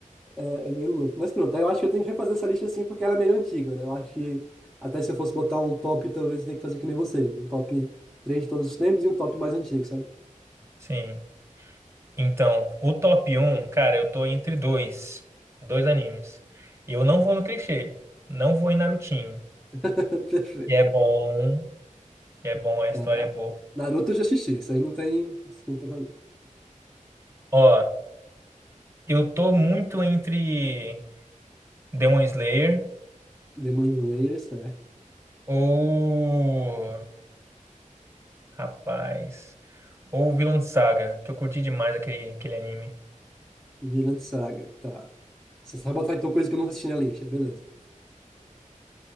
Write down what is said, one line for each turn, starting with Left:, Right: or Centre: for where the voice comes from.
Centre: É, é meio louco. Mas pronto, aí eu acho que eu tenho que refazer essa lista assim, porque ela é meio antiga, né? Eu acho que até se eu fosse botar um top, talvez eu tenha que fazer que nem você. Um top três de todos os tempos e um top mais antigo, sabe?
Right: Sim. Então, o top um, cara, eu tô entre dois. Dois animes. Eu não vou no clichê. Não vou em Narutinho.
Centre: <laughs> Perfeito.
Right: E é bom. E é bom, a história
Centre: Tá.
Right: é boa.
Centre: Naruto eu já assisti, isso aí não tem desculpa pra mim.
Right: Ó, eu tô muito entre Demon Slayer
Centre: Demon Slayer, certo.
Right: ou. Rapaz. Ou Vinland Saga, que eu curti demais aquele, aquele anime.
Centre: Vinland Saga, tá. Você vai botar então coisa que eu nunca assisti na lista, beleza.